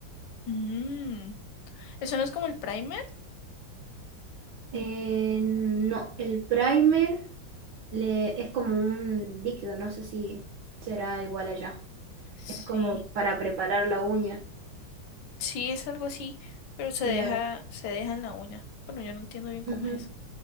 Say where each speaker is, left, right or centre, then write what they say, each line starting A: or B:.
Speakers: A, on the left; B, on the right.
A: Mm, ¿Eso no es como el primer?
B: Eh, no, el primer le, es como un líquido, no sé si será igual allá.
A: Sí,
B: Es como para preparar la uña,
A: sí es algo así, pero se
B: claro.
A: deja, se deja en la uña. Bueno, yo no entiendo bien cómo
B: Ujú.
A: es eso.